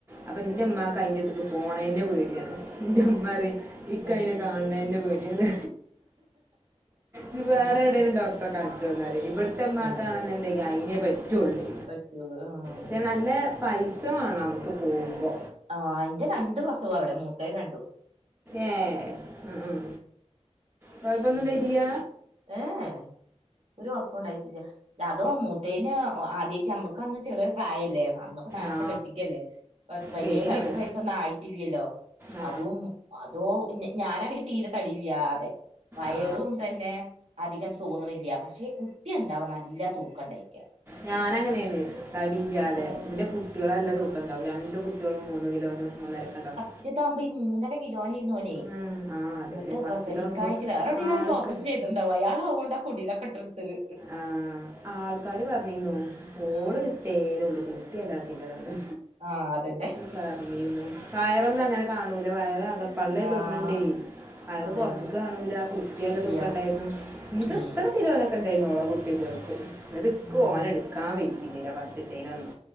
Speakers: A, on the right; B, on the right.
A: അപ്പ ഇന്റെ ഇമ്മാക്ക് അയ്ന്റെത്ക്ക് പോണേന്നെ പേഡ്യാണ്. ഇന്റെമ്മറിം ഇക്കയ്നെ
B: ആഹ്
A: കാണ് ണ ന്നെ പേട്യാണ് ഇത് വേറെവ്ടേലും
B: ആഹ്
A: ഡോക്ടറെ കാണിചോന്നറിം. ഇബ്ട്ത്തെ ഇമ്മാക്കാണ്ന്ന്ണ്ടെങ്കി
B: ആഹ്
A: അയിനെ പറ്റൊള്ളേ
B: പറ്റുള്ളൂ ആഹ്
A: ക്ഷെ നല്ല പൈസവാണം അവ്ട്ക്ക് പോവുമ്പോ
B: ആ ഇന്റെ രണ്ട് പ്രസവം അവ്ടെ മൂത്തേത് രണ്ടും
A: ഏഹ് ഉം ഉം കുഴപ്പമൊന്നും
B: ഇത്
A: ഉണ്ടായിട്ടില്ല
B: ഏഹ് ഏഹ് ഒര് കൊഴപ്പു ഉണ്ടായിട്ടില്ല. അതോ മൂത്തേന് ആധ്യായിറ്റമ്മക്കന്ന് ചെറ്യേ പ്രായല്ലേന്ന അന്ന് ഇപ്പ നേർത്തെ
A: ആ
B: കെട്ടിക്കല്ലേ പത്ത് പതിനേഴ്
A: ശരിയാണ്
B: പയ്നെട്ട് വയസ് റ്റൊന്നായിറ്റില്ലല്ലോ
A: ആ
B: അതും അതോ ഞാനാനെങ്കി തീരെ തടി ഇല്ലാതെ. വയറും
A: ആ
B: തന്നെ അധികം തോന്ന്ണില്ല. പക്ഷെ കുട്ട്യെന്താവാ നല്ല തൂക്കണ്ടായ്ക്കാ
A: ഞാനങ്ങനേന്ന്. തടി ഇല്ല്യാതെ
B: ആഹ്
A: ഇന്റെ കുട്ട്യാളല്ല
B: ആഹ്
A: തൂക്കണ്ടാവും രണ്ട് കു കുട്ട്യോള് മൂന്ന് കിലോനും മൂന്നരെക്കൊണ്ടാവും.
B: ച്ച് തമ്പി മൂന്ന കിലോനേന്നോന്
A: ഉം, ആ അതന്നെ
B: ഇന്നട്ട്
A: ഫസ്റ്റത്തെ
B: പ്രസവിക്കായിട്ട്
A: ആകുമ്പോൾ
B: വേറെവ്ടേലാണെങ്കി
A: ആൾക്ക്
B: ഓപ്പറേഷൻ ചെയ് ഇണ്ടാവും. അയാളവോണ്ടാ കുടിലൊക്കെ ഇട്ടൊട്ത്തത്
A: ആഹ് ആൾക്കാര് പറഞീന്നു ഓള്
B: ആഹ്
A: തേരൊള്ളു. കുട്ടി അലാക്കിന്റെതാണ്ന്ന്
B: ആഹ് അതന്നെ
A: പറഞ്ഞീന്നു. വയറൊന്നും അങ്ങനെ കാണൂല വയറകപ്പള്ളെ
B: ആഹ്
A: തോന്ന്ണ്ടെയ് വയറ്
B: അതന്നെ
A: പൊറ്ത്ത്ക്ക് കാണൂല കു കുട്ടിയല്ലതൂക്കണ്ടായിര്ന്നു.
B: ഇല്ല്യ
A: ഇത്
B: ഉം
A: ഇത്ര കിലോനൊക്കെ ഇണ്ടായിന്നോ ഓളെ കുട്ടീന്ന് ചോയ്ച്ചും. ഇന്നട്ട് ഇക്ക്
B: ആഹ്
A: ഓനെ ഇട് ക്കാൻ വെയ്ച്ചിന്നില ഫസ്റ്റ്തേനൊന്നും